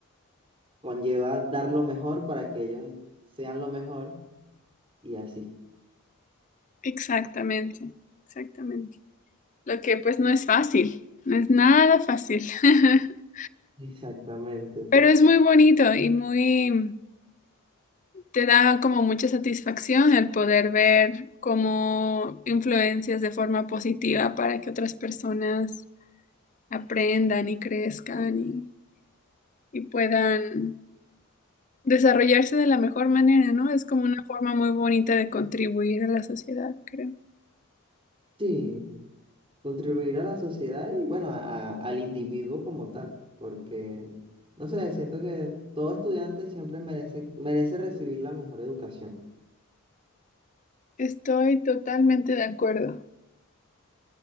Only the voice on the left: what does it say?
Exactamente, exactamente. Lo que pues no es fácil, no es nada fácil, <laughs>
pero es muy bonito y muy... Te da como mucha satisfacción el poder ver cómo influencias de forma positiva para que otras personas aprendan y crezcan y, y puedan desarrollarse de la mejor manera, ¿no? Es como una forma muy bonita de contribuir a la sociedad, creo.
Estoy totalmente de acuerdo.